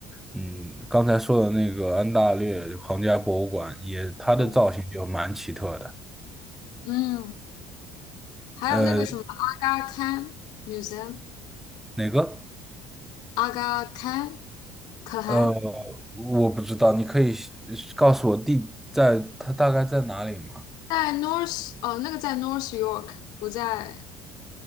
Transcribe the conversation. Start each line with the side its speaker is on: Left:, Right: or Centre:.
Centre: 嗯，刚才说的那个安大略皇家博物馆，也它的造型就蛮奇特的。
Left: 嗯嗯，还有那个什么阿嘎堪
Centre: 呃。
Left: Museum，
Centre: 哪个？
Left: 阿嘎堪可汗
Centre: 呃，我不知道，你可以告诉我地在它大概在哪里吗
Left: 在 North 哦，那个在 North York 不在。